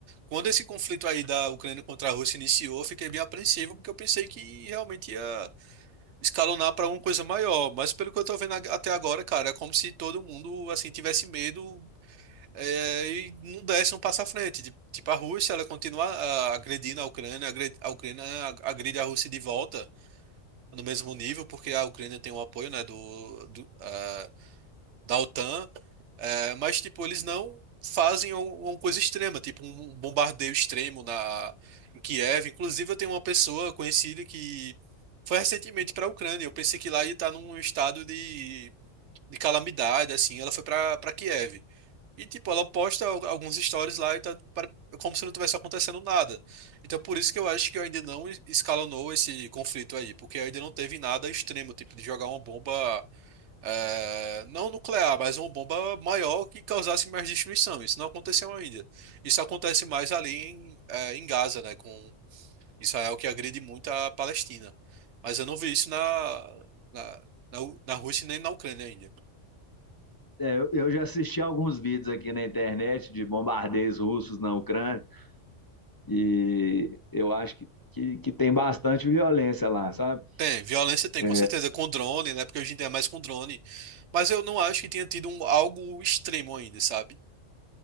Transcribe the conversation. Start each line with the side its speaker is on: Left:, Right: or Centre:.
Right: Quando esse conflito aí da Ucrânia contra a Rússia iniciou, eu fiquei bem apreensivo porque eu pensei que realmente ia escalonar para alguma coisa maior. Mas pelo que eu tô vendo ag- até agora, cara, é como se todo mundo assim tivesse medo é, e não desce um passo à frente. Tipo, tipo, a Rússia, ela continua ah, agredindo a Ucrânia, agredi- a Ucrânia ah, agride a Rússia de volta no mesmo nível, porque a Ucrânia tem o apoio, né, do, do, ah, da OTAN, eh, mas, tipo, eles não fazem um- uma coisa extrema, tipo um um bombardeio extremo na, em Kiev. Inclusive, eu tenho uma pessoa conhecida que foi recentemente para a Ucrânia. Eu pensei que lá ia estar num estado de, de calamidade, assim. Ela foi para para Kiev. E, tipo, ela posta al- alguns stories lá e tá pare- como se não tivesse acontecendo nada. Então, por isso que eu acho que ainda não es- escalonou esse conflito aí, porque ainda não teve nada extremo, tipo, de jogar uma bomba, eh, não nuclear, mas uma bomba maior que causasse mais destruição. Isso não aconteceu ainda. Isso acontece mais ali em, eh, em Gaza, né, com Israel que agride muito a Palestina. Mas eu não vi isso na, na, na, U- na Rússia nem na Ucrânia ainda.
Left: É, eu, eu já assisti alguns vídeos aqui na internet de bombardeios russos na Ucrânia. E eu acho que, que, que tem bastante violência lá, sabe?
Right: Tem, violência tem,
Left: É,
Right: com certeza, com drone, né? Porque hoje em dia é mais com drone. Mas eu não acho que tenha tido um- algo extremo ainda, sabe?